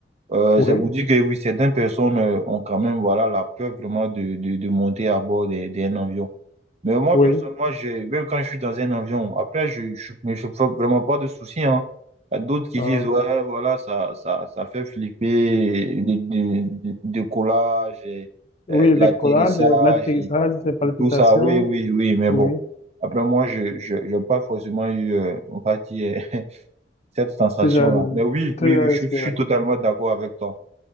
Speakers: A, on the right; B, on the left.
A: Euh,
B: oui,
A: c'est pour dire que oui, certaines personnes euh, ont quand même voilà, la peur vraiment de, de, de monter à bord des- d'un avion. Mais moi,
B: oui.
A: personnellement, je, même quand je suis dans un avion, après, je je ne me fais pas- vraiment pas de soucis. Hein. Il y a d'autres qui
B: Ah.
A: disent, ouais, voilà, ça, ça, ça fait flipper, le le- le décollage, et,
B: Oui,
A: euh,
B: le
A: l'atterrissage
B: décollage, euh, l'atterrissage,
A: et,
B: les palpitations,
A: et tout ça. Oui, oui, oui, mais
B: oui,
A: bon. Après, moi, je, je, je n'ai pas forcément eu, euh, on va dire, <laughs> cette sensation-là.
B: ce genre de,
A: Mais oui,
B: ce
A: oui,
B: genre
A: oui, je
B: d'expérience,
A: je suis totalement d'accord avec toi.